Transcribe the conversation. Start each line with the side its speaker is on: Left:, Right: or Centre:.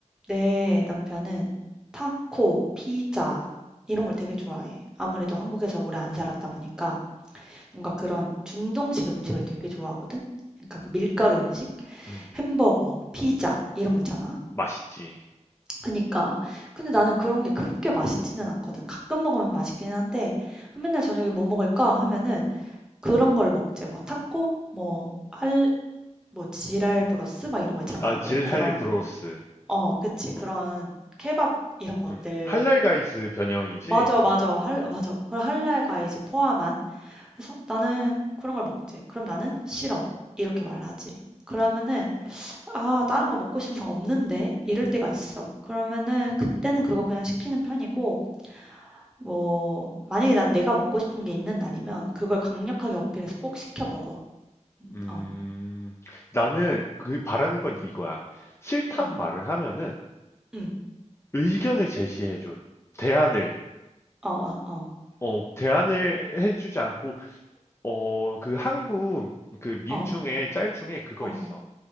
Centre: 내 남편은 타코, 피자 이런 걸 되게 좋아해. 아무래도 한국에서 오래 안 살았다 보니까. 뭔가 그런 중동식 음식을 되게 좋아하거든? 그러니까 그 밀가루 음식,
Left: 음,
Centre: 햄버거, 피자 이런 거 있잖아.
Left: 맛있지.
Centre: 그러니까 근데 나는 그런 게 그렇게 맛있지는 않거든. 가끔 먹으면 맛있기는 한데 맨날 저녁에 뭐 먹을까 하면은 그런 걸 먹지. 뭐 타코, 뭐 할, 뭐 지랄 브로스 막 이런 거 있잖아.
Left: 아, 질할
Centre: 왜 그런
Left: 브로스.
Centre: 어, 그치.
Left: 어,
Centre: 그런 케밥 이런 것들.
Left: 음, 할랄 가이스 변형이지.
Centre: 맞아, 맞아.
Left: 어,
Centre: 할,
Left: 음.
Centre: 맞아. 그 할랄가 이제 포함한 그래서 "나는 그런 걸 먹지." 그럼 "나는 싫어." 이렇게 말을 하지. 그러면은 "아 다른 거 먹고 싶은 거 없는데." 이럴 때가 있어. 그러면은 그때는 그거 그냥 시키는 편이고 뭐 만약에 난 내가 먹고 싶은 게 있는 날이면 그걸 강력하게 어필해서 꼭 시켜 먹어. 음
Left: 음,
Centre: 어.
Left: 나는 그 바라는 건
Centre: 음.
Left: 이거야. 싫다고
Centre: 음.
Left: 말을 하면은
Centre: 음.
Left: 의견을 제시해줘. 대안을.
Centre: 어어 어.
Left: 어, 대안을 해주지 않고, 어, 그 한국 그 밈
Centre: 어. 어.
Left: 중에 짤 중에 그거
Centre: 어,
Left: 있어.